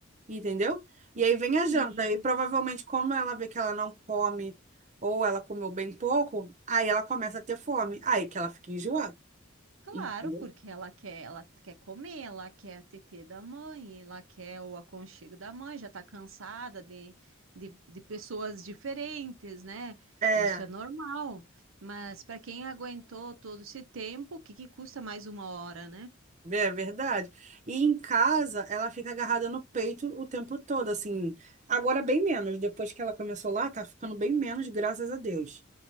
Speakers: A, on the right; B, on the right.
A: entendeu? E aí vem
B: sim.
A: a janta. E provavelmente, como ela vê que ela não come, ou ela comeu bem pouco, aí ela começa a ter fome. Aí que ela fica enjoada,
B: Então, Claro,
A: entendeu?
B: porque ela quer, ela quer comer, ela quer a tetê da mãe, ela quer o aconchego da mãe, já tá cansada de, de, de pessoas diferentes, né?
A: É.
B: Isso é normal. Mas para quem aguentou todo esse tempo, o que que custa mais uma hora, né?
A: É verdade. E em casa, ela fica agarrada no peito o tempo todo, assim. Agora, bem menos. Depois que ela começou lá, tá ficando bem menos, graças a Deus.